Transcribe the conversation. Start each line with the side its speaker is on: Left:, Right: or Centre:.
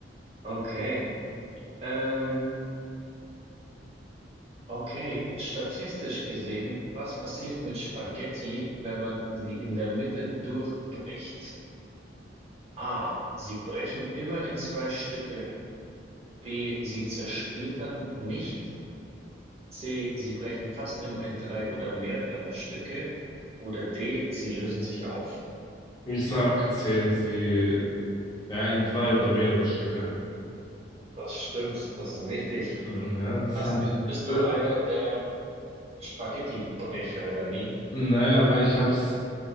Right: Okay. Ähm, okay. Statistisch gesehen, was passiert mit Spaghetti, wenn man sie in der Mitte durchbricht? A. Sie brechen immer in zwei Stücke. B. Sie zersplittern nicht. C. Sie brechen fast immer in drei oder mehrere Stücke. Oder D. Sie lösen sich auf.
Left: Ich sag C, sie, ja, in drei oder mehrere Stücke.
Right: Das stimmt, das ist richtig.
Left: Mhm, Ja, das
Right: Hast,
Left: habe ich.
Right: bist
Left: Äh,
Right: du einer der Spaghettibrecher oder wie?
Left: Nein, aber ich habe es